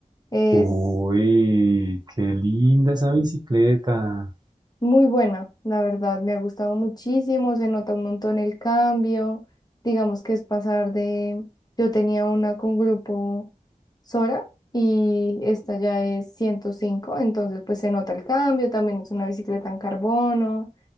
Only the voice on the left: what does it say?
Es
muy buena, la verdad, me ha gustado muchísimo, se nota un montón el cambio, digamos que es pasar de, yo tenía una con grupo Sora y esta ya es ciento cinco entonces pues se nota el cambio, también es una bicicleta en carbono,